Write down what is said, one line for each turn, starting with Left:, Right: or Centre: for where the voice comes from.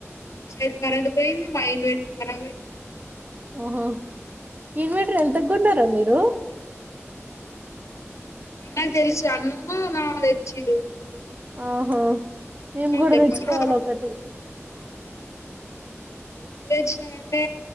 Left: స కరెంట పోయి మా ఇ ఖరాబయింది
Right: ఓహో ఇన్వర్టర్ ఎంతకుగున్నారా మీరు
Left: అన్నకు తెలుసు అన్నును నాన్న తెచ్చిడు
Right: ఆ ఆ మేము కూడా
Left: చెప్పలే
Right: తెచ్చుకోవాల ఒకటి
Left: ఎప్పుడు తెచ్చినాం అంటే